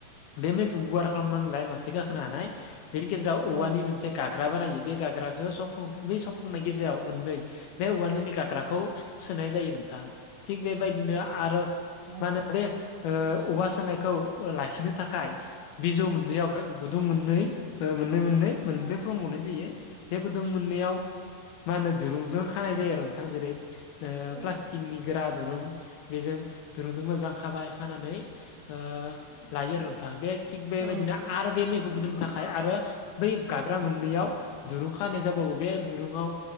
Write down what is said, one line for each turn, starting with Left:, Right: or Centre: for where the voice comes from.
Left: बे मैखौ गुवार खालामनांलाय मानसि गाखोनो हानाय बेनि गेजेराव औवानि
Right: औ
Left: मोनसे गाग्रा बानायो बे गाग्राखौ सफ्लंनाय बै सफ्लंनाय गेजेराव मोननै बे औवा नोलि गाग्राखौ सोनाय जायो नोंथां। थिग बेबायदिनो आरो
Right: नोंथां
Left: मा होनो बे ओ औवा सोनायखौ लाखिनो थाखाय बिजौ मोननैयाव गुदुं मोननै मोननै मोननै मोनब्रै फ्लंबावनाय जायो बे गुदुं मोननैयाव मा होनो दुरुंजों खानाय जायो आरो नोंथां जेरै - ओ
Right: औ
Left: प्लास्टिकनि गोरा दुरुं बेजों दुरुंजों' मोजां खाबाय खानानै ओ लायो आरो नोंथाङा बे थिग बेबायदिनो
Right: औ
Left: आरो बे मैखौ बुद्रुनो थाखाय आरो बै गाग्रा मोननैयाव दुरुं खानाय जाबावो बे दुरुंआव